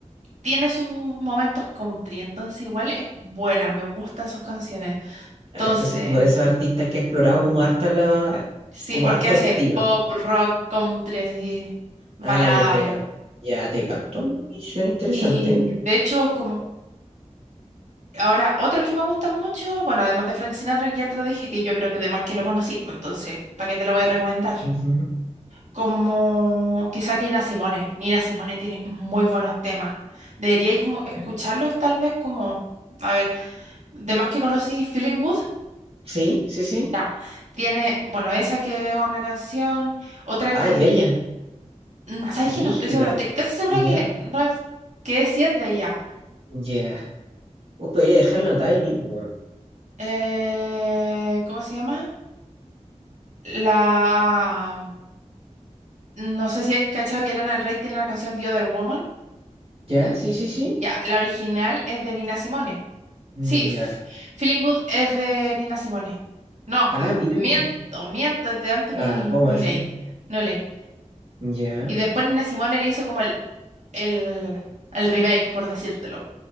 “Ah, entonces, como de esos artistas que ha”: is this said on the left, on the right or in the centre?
Right